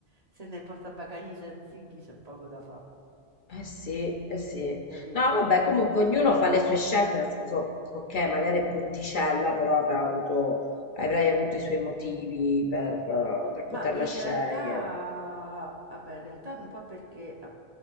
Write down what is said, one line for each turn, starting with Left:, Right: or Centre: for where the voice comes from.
Right: se nel portabagagli c'è Ziggy c'è poco da fare.
Left: Eh sì, eh sì.
Right: Capito?
Left: No, vabbè, comunque ognuno fa le sue scelte, nel senso, ok, magari è brutticella, però avrà avuto, avrai avuto i suoi motivi per, eh, per
Right: Ma
Left: poterla
Right: in
Left: scegliere.
Right: realtà, vabbè, in realtà un po' perché eh,